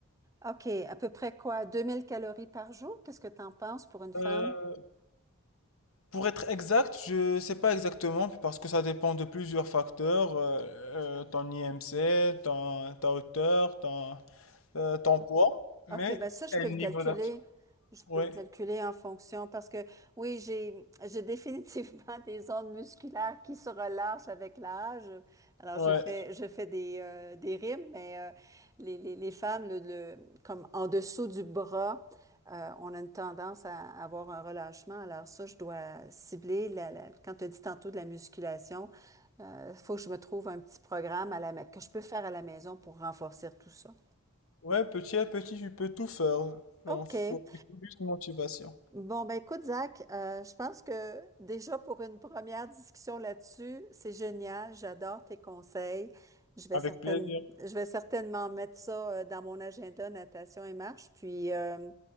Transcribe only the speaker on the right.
OK, à peu près quoi? Deux mille calories par jour? Qu'est-ce que tu en penses pour une femme?
OK, ben ça, je
peux
le calculer.
Je
peux le calculer en fonction parce que oui, j'ai j'ai définitivement <laughs> des ondes musculaires qui se relâchent avec l'âge. Alors,
je fais je fais des, euh, des rimes, mais euh, les, les, les femmes, le, le- comme en dessous du bras, euh, on a une tendance à avoir un relâchement. Alors ça, je dois cibler la, la- quand tu as dit tantôt de la musculation, il faut que je me trouve un petit programme à la, ma- que je peux faire à la maison pour renforcer tout ça.
OK.
Bon, ben écoute, Zach, euh, je pense que déjà pour une première discussion là-dessus, c'est génial. J'adore tes conseils. Je vais
certaine-
je vais certainement mettre ça euh, dans mon agenda, natation et marche. Puis euh,